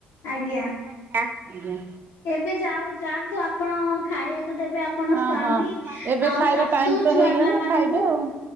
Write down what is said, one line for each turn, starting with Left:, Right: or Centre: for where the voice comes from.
Left: ଆଜ୍ଞା।
Right: ଆଜ୍ଞା।
Left: ଏବେ ଯାଉ ଯାଆନ୍ତୁ ଆପଣ ଖାଇବାକୁ ଦେବେ ଆପଣ
Right: ହଁ
Left: ସ୍ଵାମୀ
Right: ହଁ ଏବେ
Left: ଆଉ
Right: ଖାଇବା
Left: ଶାଶୁ
Right: ଟାଇମ୍ ତ
Left: ଛୁଆ
Right: ହେଇଗଲାଣି
Left: ପିଲା ମାନଙ୍କୁ।
Right: ଖାଇବେ ଆଉ।